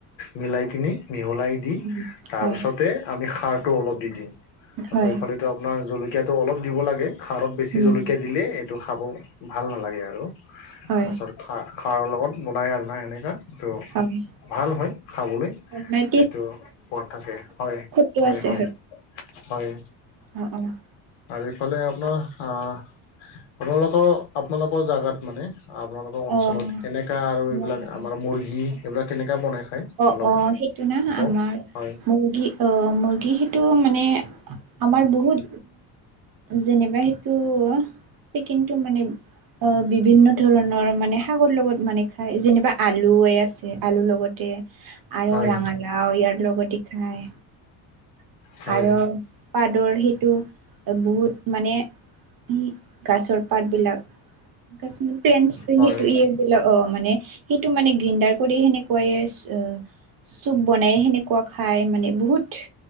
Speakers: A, on the left; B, on the right.
A: মিলাই কিনি মিহলাই দি
B: উম
A: তাৰপিছতে
B: হয়
A: আমি খাৰটো অলপ দি দিওঁ তাৰছত
B: হয়
A: স এইফালে আপোনাৰ জলকীয়াটো অলপ দিব লাগে খাৰত বেছি
B: উম
A: জলকীয়া দিলে সেইটো খাব ভাল নালাগে আৰু
B: হয়
A: তাৰপিছত খাৰ খাৰৰ লগত বনাই আৰু নাই এনেকুৱা তটো
B: হয়।
A: ভাল হয় খাবলৈ
B: মানে
A: সেইটো পৰত থাকে হয়
B: ঠিকে
A: হয়
B: আছে
A: হয় হয়
B: <unintelligible>
A: আৰু এইফালে আপোনাৰ আপোনালোকৰ আপোনালোকৰ জোগাত মানে আপোনালোকৰ অঞ্চলত
B: অ',
A: কেনেকা আৰু
B: মই
A: এইবিলাক আমাৰ মুৰ্গী এইবিলাক
B: আমাৰ
A: কেনেকা বনাই খায়
B: অ',
A: অলপ
B: অ', সেইটো না
A: কওক
B: আমাৰ
A: হয়
B: মুৰ্গী আহ মুৰ্গী সেইটো মানে আমাৰ বহুত যেনিবা সেইটো চিকটো মানে বিভিন্ন ধৰণৰ মানে শাগৰ লগত মানে খাই যেনিবা আলুে আছে আলুৰ লগতে আৰু
A: হয়
B: ৰঙালাও ইয়াৰ লগতে খাই আৰু
A: হয়
B: পাত <unintelligible> া প্লেনু ইয়াৰ দিলাক অ <unintelligible> সেইটো
A: হয়
B: মানে গ্ৰীণ্ডাৰ কৰিে সেনেকুৱাই আহ চুপ বনাই সেনেকুৱা খায় মানে বহুত